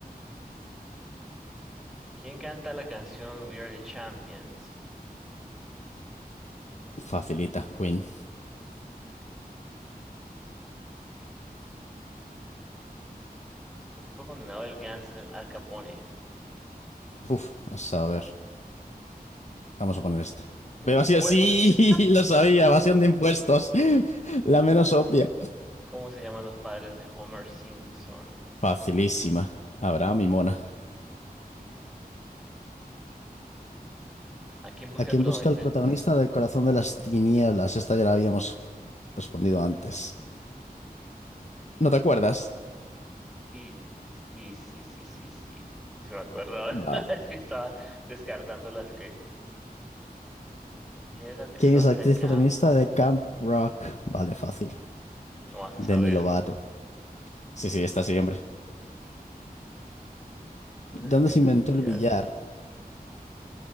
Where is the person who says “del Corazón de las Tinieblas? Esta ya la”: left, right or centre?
Left